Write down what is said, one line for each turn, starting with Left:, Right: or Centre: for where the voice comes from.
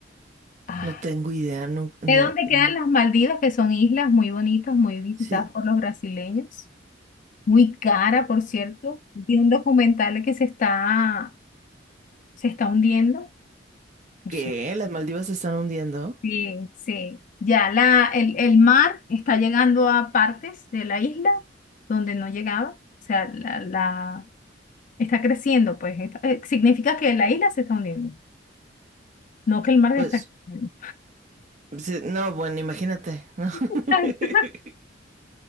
Left: Ah,
Right: No tengo idea, no, no,
Left: ¿de dónde quedan
Right: no.
Left: las Maldivas, que son islas muy bonitas, muy visitadas
Right: Sí,
Left: por los brasileños? Muy cara, por cierto. Vi un documental que se está, se está hundiendo. No
Right: ¿qué?
Left: sé.
Right: ¿Las Maldivas se están hundiendo?
Left: Sí, sí. Ya la, el, el mar está llegando a partes de la isla donde no llegaba. O sea, la, la- está creciendo, pues. Está- eh, significa que la isla se está hundiendo, no que el mar
Right: Pues,
Left: está creciendo.
Right: sí, no, bueno, imagínate, ¿no?
Left: <laughs>
Right: <laughs>